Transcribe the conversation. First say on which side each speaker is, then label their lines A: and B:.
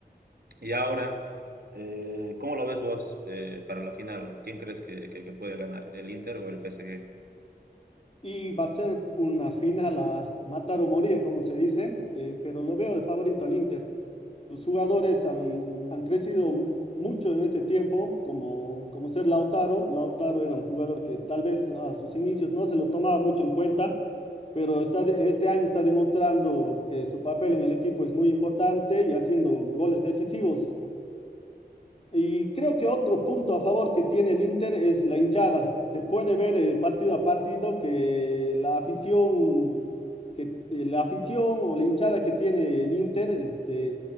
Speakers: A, on the right; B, on the left.
A: y ahora, eh, ¿cómo lo ves vos eh, para la final? ¿Quién crees que, que- que puede ganar, el Inter o el PSG?
B: Y va a ser una final a matar o morir, como se dice, eh, pero lo veo de favorito al Inter. Sus jugadores han, han crecido mucho en este tiempo, como, como ser Lautaro. Lautaro era un jugador que tal vez a sus inicios no se lo tomaba mucho en cuenta, pero está de- en este año está demostrando que su papel en el equipo es muy importante y haciendo goles decisivos. Y creo que otro punto a favor que tiene el Inter es la hinchada. Se puede ver eh, partido a partido que la afición, que eh, la afición o la hinchada que tiene el Inter, este,